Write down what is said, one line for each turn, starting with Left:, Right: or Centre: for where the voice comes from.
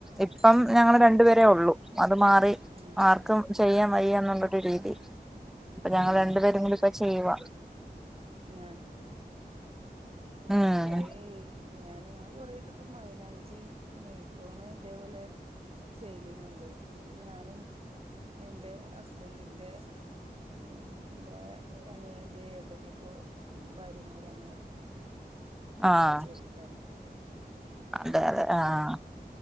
Centre: ഇപ്പം
Right: ഉം
Centre: ഞങ്ങള് രണ്ടു പേരേ ഉള്ളൂ അത് മാറി
Right: ഉം
Centre: ആർക്കും ചെയ്യാൻ വയ്യ എന്നുള്ളൊരു രീതി അപ്പൊ ഞങ്ങൾ
Right: ആഹ്
Centre: രണ്ടു പേരും കൂടി ഇപ്പ ചെയ്യുവ
Right: ഞാൻ ഞൻ
Centre: ഉം
Right: കൊറെ ഞാൻ ഞങ്ങള് കൊറായിട്ട് ഇപ്പ മൈലാഞ്ചി നെൽക്കോണ് ഇതേപോലെ സെൽ ചെയുന്നുണ്ട് അത് ഞാനും എന്റെ ഹസ്ബന്റിന്റെ ഉം എന്താ അനിയന്റെ ഏട്ടന്റെക്കോ ഭാര്യമാരങ്ങനെ
Centre: ആഹ്
Right: നാണ് ചേർന്നിട്ട
Centre: അതെ അതെ ആഹ്